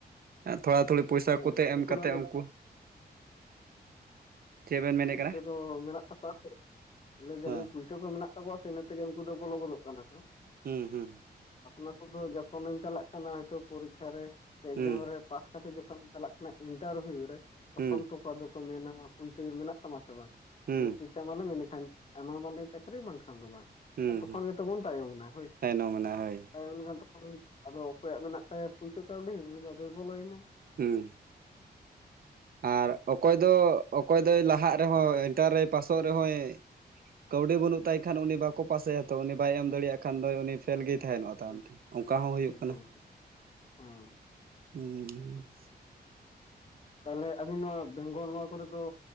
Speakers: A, on the right; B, on the left.
A: ᱛᱷᱚᱲᱟ ᱛᱷᱩᱲᱤᱼᱼ ᱯᱚᱭᱥᱟ
B: ᱦᱮᱸ
A: ᱠᱚᱛᱮ ᱮᱢ
B: ᱩᱱᱠᱩ
A: ᱠᱟᱛᱮᱫ
B: ᱫᱚ ᱚᱱᱮ
A: ᱩᱱᱠᱩᱼᱼ ᱪᱮᱫ ᱵᱮᱱ ᱢᱮᱱᱮᱫ
B: ᱯᱩᱭᱥᱟᱹ
A: ᱠᱟᱱᱟ
B: ᱫᱚ ᱢᱮᱱᱟᱜ ᱛᱟᱠᱚᱣᱟ ᱥᱮ ᱞᱟᱹᱭ ᱮᱫᱟᱞᱤᱧ
A: ᱦᱮᱸ
B: ᱯᱩᱭᱥᱟᱹ ᱯᱩᱭᱥᱟᱹ ᱠᱚ ᱢᱮᱱᱟᱜ ᱛᱟᱠᱚᱣᱟ ᱥᱮ ᱤᱱᱟ ᱛᱮᱜᱮ ᱩᱱᱠᱩ ᱫᱚ ᱵᱚᱞᱚ ᱜᱚᱫᱚᱜ ᱠᱟᱱᱟ ᱠᱚ᱾
A: ᱦᱩᱸ ᱦᱩᱸ᱾
B: ᱟᱯᱱᱟᱨ ᱥᱩᱫᱷᱩ ᱡᱚᱠᱷᱚᱱᱮᱢ ᱪᱟᱞᱟᱜ ᱠᱟᱱᱟ ᱦᱚᱭᱛᱚ ᱯᱚᱨᱤᱠᱠᱷᱟ ᱨᱮ ᱥᱮ ᱮᱠᱡᱟᱢ
A: ᱦᱩᱸ
B: ᱨᱮᱼᱼ ᱯᱟᱥ ᱠᱟᱛᱮ ᱡᱚᱠᱷᱚᱱᱮ ᱮᱢ ᱪᱟᱞᱟᱜ ᱠᱟᱱᱟ ᱤᱱᱴᱟᱨᱵᱷᱤᱭᱩ ᱨᱮ ᱛᱚᱠᱷᱚᱱ
A: ᱦᱩᱸ
B: ᱛᱚᱠᱚ ᱟᱫᱚᱠᱚ ᱢᱮᱱᱟ ᱯᱩᱭᱥᱟᱹ ᱢᱮᱱᱟᱜᱼᱼ ᱛᱟᱢᱟ ᱥᱮ ᱵᱟᱝ
A: ᱦᱩᱸ
B: ᱩᱱᱟᱹᱜ ᱯᱚᱭᱥᱟ ᱮᱢᱟᱞᱮᱢ ᱤᱱᱟᱠᱷᱟᱱ ᱮᱢᱟ ᱢᱟᱞᱮ ᱪᱟᱹᱠᱨᱤ ᱵᱟᱝ ᱠᱷᱟᱱ ᱫᱚ ᱵᱟᱝ,
A: ᱦᱩᱸ
B: ᱟᱨ ᱛᱚᱠᱷᱚᱱ
A: ᱦᱩᱸ
B: ᱜᱮᱛᱚ ᱵᱚᱱ ᱛᱟᱭᱚᱢ ᱮᱱᱟ ᱦᱚᱭ
A: ᱛᱟᱭᱱᱚᱢ ᱮᱱᱟ ᱦᱳᱭ
B: ᱛᱟᱭᱚᱢᱠᱷᱟᱱ ᱦᱚᱭ ᱟᱫᱚ ᱚᱠᱚᱭᱟᱜ ᱢᱮᱱᱟᱜ ᱛᱟᱭᱟ ᱯᱩᱭᱥᱟᱹ ᱠᱟᱹᱣᱰᱤ ᱩᱱᱤ ᱫᱚ ᱟᱫᱚᱭ ᱵᱚᱞᱚᱭᱮᱱᱟ
A: ᱦᱩᱸ᱾ ᱟᱨ ᱚᱠᱚᱭ ᱫᱚ ᱚᱠᱚᱭ ᱫᱚᱭ ᱞᱟᱦᱟᱜ ᱨᱮᱦᱚᱸ ᱮᱱᱴᱟᱨ ᱨᱮᱭ ᱯᱟᱥᱚᱜ ᱨᱮᱦᱚᱸᱭᱼᱼ ᱠᱟᱹᱣᱰᱤ ᱵᱟᱹᱱᱩᱜ ᱛᱟᱭ ᱠᱷᱟᱱ ᱩᱱᱤ ᱵᱟᱠᱚ ᱯᱟᱥᱮᱭᱟᱼᱼ ᱛᱚ ᱩᱱᱤ ᱵᱟᱭ ᱮᱢ ᱫᱟᱲᱮᱭᱟᱜ ᱠᱷᱟᱱ ᱫᱚ ᱩᱱᱤ ᱯᱷᱮᱞ ᱜᱮᱭ ᱛᱟᱦᱮᱱᱚᱜᱼᱟ
B: ᱵᱟᱭ
A: ᱛᱟᱭᱚᱢ
B: ᱦᱩᱸ,
A: ᱛᱮ ᱚᱱᱠᱟ ᱦᱚᱸ ᱦᱩᱭᱩᱜ
B: ᱮᱠᱫᱚᱢ
A: ᱠᱟᱱᱟ᱾
B: ᱦᱮᱸ
A: ᱦᱩᱸ
B: ᱛᱟᱦᱚᱞᱮ ᱟᱵᱤᱱ ᱱᱚᱣᱟ ᱵᱮᱝᱜᱚᱞ ᱱᱚᱣᱟ ᱠᱚᱨᱮ ᱫᱚ